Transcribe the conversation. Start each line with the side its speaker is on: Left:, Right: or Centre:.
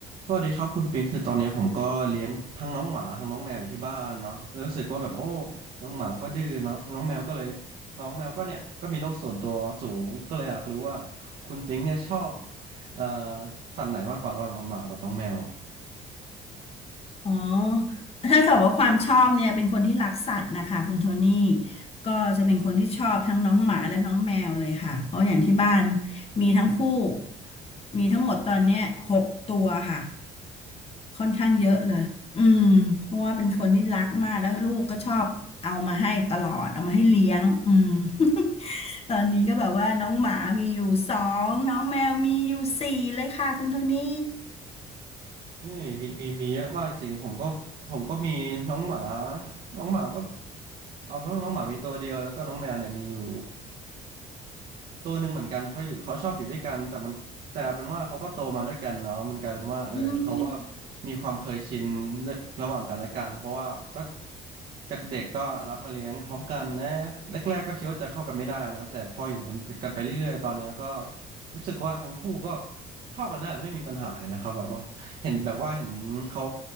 Right: สวัสดีครับคุณปิงคือตอนเนี้ยผมก็เลี้ยงทั้งน้องหมาทั้งน้องแมวอยู่ที่บ้านเนาะแล้วรู้สึกว่าแบบโอ้น้องหมาก็ดื้อเนาะน้องแมวก็เลยน้องแมวก็เนี่ยก็มีโรคส่วนตัวสูงก็เลยอยากรู้ว่าคุณปิงเนี่ยชอบเอ่อสัตว์ไหนมากกว่าระหว่างน้องหมากับน้องแมวอะ
Left: อ๋อถ้าถามว่าความชอบเนี่ยเป็นคนที่รักสัตว์นะคะคุณโทนี่ก็จะเป็นคนที่ชอบทั้งน้องหมาและน้องแมวเลยค่ะเพราะอย่างที่บ้านมีทั้งคู่มีทั้งหมดตอนเนี้ยหกตัวค่ะค่อนข้างเยอะเลยอืมเพราะว่าเป็นคนที่รักมากแล้วลูกก็ชอบเอามาให้ตลอดเอามาให้เลี้ยงอืม <laughs> ตอนนี้ก็แบบว่าน้องหมามีอยู่สองน้องแมวมีอยู่สี่เลยค่ะคุณโทนี่
Right: เฮ้ยมีมีมีเยอะมากจริงผมก็ผมก็มีน้องหมาน้องหมาก็เอาเป็นว่าน้องหมามีตัวเดียวแล้วก็น้องแมวเนี่ยมีอยู่ ตัวหนึ่งเหมือนกันเขาอยู่เขาชอบอยู่ด้วยกันแต่มันแต่เป็นว่าเขาก็โตมาด้วยกันเนาะมันกลายเป็นว่าเออเขาก็
Left: อืม
Right: มีความเคยชินด้วยระหว่างกันและกันเพราะว่าก็จากเด็กก็รับมาเลี้ยงพร้อมกันและแรกๆก็คิดว่าจะเข้ากันไม่ได้นะแต่พออยู่เป็นกันไปเรื่อยๆตอนเนี้ยก็รู้สึกว่าทั้งคู่ก็เข้ากันได้ไม่มีปัญหาเลยนะครับแบบว่าเห็นแบบว่าเห็นเขา